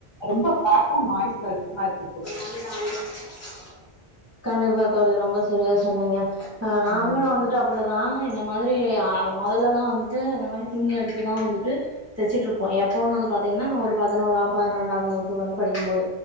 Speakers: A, on the left; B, on the right.
A: ரொம்ப பாப்பா நாய்ஸ் அதிகமா இருக்குது
B: <inaudible> கண்டிப்பா தோழி ரொம்ப செரியா சொன்னீங்க நானுமே
A: ம்.
B: வந்துட்டு இங்க அப்பிடிதான் இந்த மாதிரி மொதல்ல எல்லாம் வந்துட்டு இந்த மாதிரி துணி எடுத்துதான் வந்துட்டு தைச்சுட்டு இருப்போம் எப்போன்னு வந்து பாத்தீங்கன்னா நம்ப ஒரு பதினோராம் பன்னினெண்டாம் வகுப்பு படிக்கும்போது